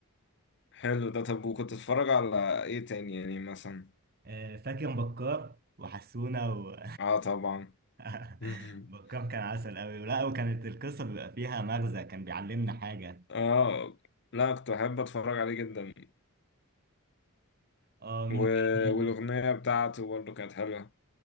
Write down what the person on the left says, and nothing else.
حلو ده طب وكنت بتتفرج على إيه تاني يعني مثلا؟
آه طبعا
<laughs>
آه لا كنت بحب أتفرج عليه جدا
و...
والأغنية بتاعته برضو كانت حلوة